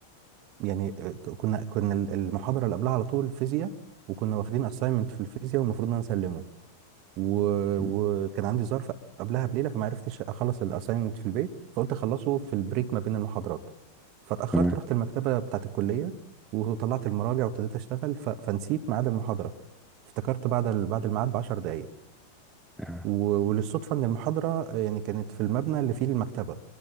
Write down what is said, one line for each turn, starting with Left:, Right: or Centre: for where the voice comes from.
Right: يعني كنا كنا المحاضرة اللي قبلها على طول فيزياء وكنا واخدين assignment في الفيزياء والمفروض ان انا اسلمه و...
Centre: تمام
Right: وكان عندي ظرف قبلها بليلة فما عرفتش اخلص الاساينمنت في البيت فقلت اخلصه في البريك ما بين المحاضرات فاتأخرت
Centre: تمام
Right: رحت المكتبة بتاعة الكلية وطلعت المراجع وابتديت اشتغل ف... فنسيت ميعاد المحاضرة افتكرت بعد ال... بعد الميعاد ب 10 دقايق
Centre: يعني-
Right: و- وللصدفة إن المحاضرة يعني كانت في المبنى اللي فيه المكتبة